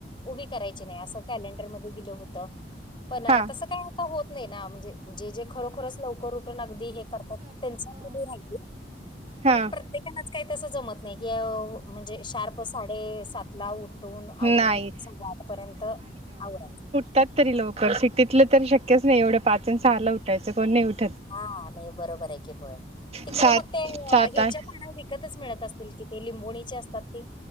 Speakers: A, on the left; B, on the right.
A: उभी करायची नाही असं कॅलेंडर मध्ये दिलं होत. पण
B: हा
A: तसं काही आता होत नाही ना. म्हणजे जे जे खरोखरच लवकर उठ ठून अगदी हे करतात. तेन गुढी राहीली. पण
B: हा
A: प्रत्येकानच काय तस जमत नाही. की म्हणजे शार्प साडे सातला उ ठून आवरून
B: नाही
A: सव्वा आठ पर्यंत आवरा.
B: तात तरी लवकर. सिटीतलं तेन शक्यच नाही. एवढं पाचन सहा ला उठायचं. कोण नाही उठत.
A: हा नाही बरोबरे की होय. तिकड
B: सात
A: मग ते ह्याच्या
B: सात आठ
A: पाना विकतच मिळत असतील की. ते लिंबोणीचे असतात. ती.